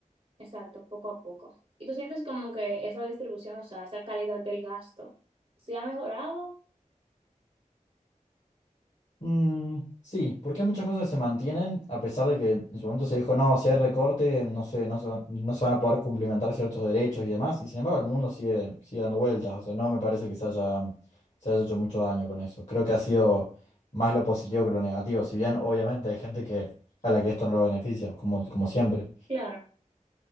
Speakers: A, on the right (about 45°); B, on the left (about 55°).
A: exacto, poco a poco. ¿Y tú sientes como que esa distribución, o sea, esa calidad del gasto, se ha mejorado?
B: Mm, sí, porque muchas cosas que se mantienen, a pesar de que en su momento se dijo, no, si hay recorte, no sé, no se, va- no se van a poder cumplimentar ciertos derechos y demás, y sin embargo el mundo sigue, sigue dando vueltas, o sea, no me parece que se haya, se haya hecho mucho daño con eso. Creo que ha sido más lo positivo que lo negativo, si bien obviamente hay gente que, a la que esto no lo beneficia, como, como siempre.
A: Claro.